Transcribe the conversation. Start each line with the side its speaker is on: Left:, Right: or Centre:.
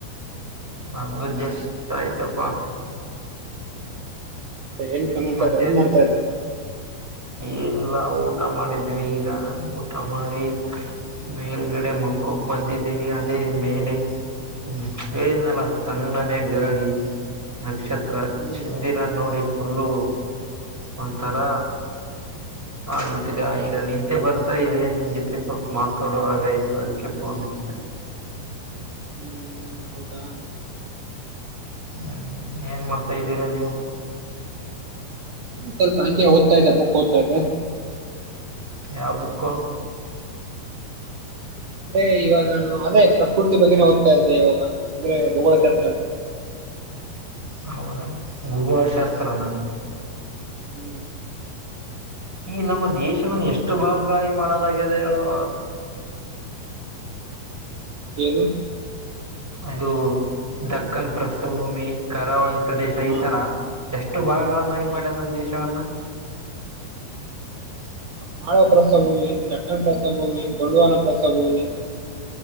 Centre: ನಮ್ದು ಜಸ್ಟ್ ಆಯ್ತಪ್ಪಾ
Right: ಮತ್ತೆ ಏನ್ ಸಮಾಚಾರ
Centre: ಮತ್ತೇನ್
Right: ಏನ್ ಮಾಡ್ತಾಯಿದ್ರಿ
Centre: ಏನಿಲ್ಲ ಊಟ ಮಾಡಿದ್ವಿ ಈಗ ಊಟ ಮಾಡಿ ಮೇಲ್ಗಡೆ ಮುಲ್ಕಕ್ಕೋ ಬಂದಿದ್ದೆನಿ ಅದೇ ಮೇಲೆ ಹ್ಮ್ ಹೇಳಿದ್ನಲ್ಲ ತಣ್ಣನೇ ಗಾಳಿ ನಕ್ಷತ್ರ
Right: ಹ್ಮ್
Centre: ಚಂದಿರನ್ ನೋಡಿ ಫುಲ್ಲು ಒಂಥರ ಆಬಿಟ್ಟಿದೆ ಈಗ ನಿದ್ದೆ ಬರ್ತಾ ಇದೆ ನಿನ್ ಜೊತೆ ಸ್ವಲ್ಪ ಮಾತಾಡೋಗ ಆಯ್ತು ಅದಕ್ಕೆ ಫೋನ್ <unintelligible>
Right: ಹ್ಮ್ ಹೌದಾ
Centre: ಹ್ಮ್ ಏನ್ ಮಾಡ್ತಾ ಇದ್ದೀರಾ ನೀವು.
Right: ಸ್ವಲ್ಪ ಹಂಗೆ ಓದ್ತಾ ಇದೆ ಬುಕ್ ಓದ್ತಾಯಿದ್ದೆ.
Centre: ಯಾವ ಬುಕ್
Right: ಅಂದ್ರೆ ಇವಾಗ ನಾನು ಅದೇ ಪ್ರಕೃತಿ ಬಗ್ಗೆನೆ ಓದ್ತಾಯಿದೆ ಇದ್ದೆ ಇವಾಗ ಅಂದ್ರೆ ಭುಗೋಳ ಶಾಸ್ತ್ರ.
Centre: ಹೌದ ಭೂಗೋಳಶಾಸ್ತ್ರನಾ.
Right: ಹ್ಮ್
Centre: ಈ ನಮ್ಮ ದೇಶವನ್ನು ಎಷ್ಟು ಭಾಗಗಳಾಗಿ ಮಾಡಲಾಗಿದೆ ಹೇಳುವ
Right: ಏನು
Centre: ಇದು ದಕ್ಕನ್ ಪ್ರಸ್ಥಭೂಮಿ ಕರಾವಳಿ. ಪ್ರದೇಶ ಈ
Right: ಹ
Centre: ತರ ಎಷ್ಟು ಭಾಗಗಳನ್ನಾಗಿ
Right: ಹ
Centre: ಮಾಡ್ಯದ ನಮ್ಮ ದೇಶವನ್ನ. <unintelligible>
Right: ಮಾಳವ ಪ್ರಸ್ತಾಭೂಮಿ ದಕ್ಷಣ ಪ್ರಸ್ತಾಭೂಮಿ ಗೊಂಡುವಾನ ಪ್ರಸ್ತಾಭೂಮಿ.